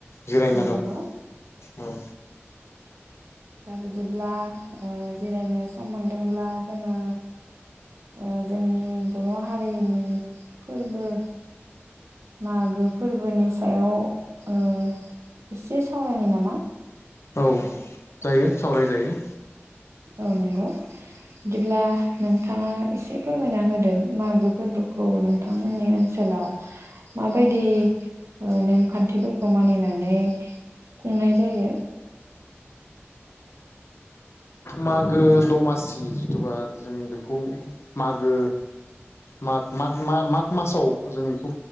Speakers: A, on the left (about 70°); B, on the right (about 85°).
A: जिरायना
B: औ नंगौ
A: दं औ।
B: दा बिदिब्ला ओ जिरायनो सम मोन दोंब्ला जोङो ओ जोंनि बर' हारिनि फोरबो मागो फोरबोनि सायाव ओ एसे सावरायनायनि नामा?
A: औ। जायो सावराय जायो।
B: औ नंगौ। दिब्ला नोंथा थाङा एसे फोरमायना होदों मागो फोरबोखौ नोंथांमोननि ओनसोलाव माबायदि ओ नेमखान्थिफोरखौ मानिनानै खुंनाय जायो?
A: मागो दमासि जिथुबा जों बेखौ मागो माग-माग-माग-माग- मासाव जोङो बिखौ